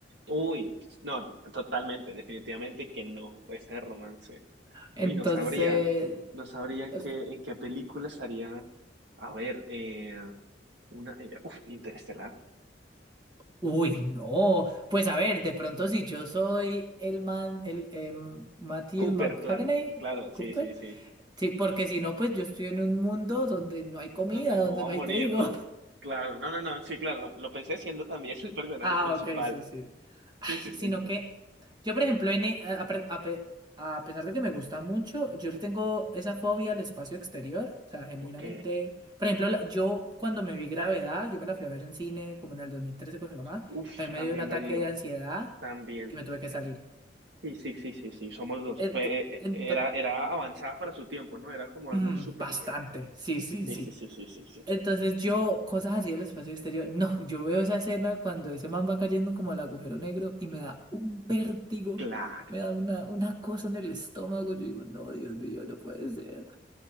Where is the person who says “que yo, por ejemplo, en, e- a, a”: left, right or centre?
Right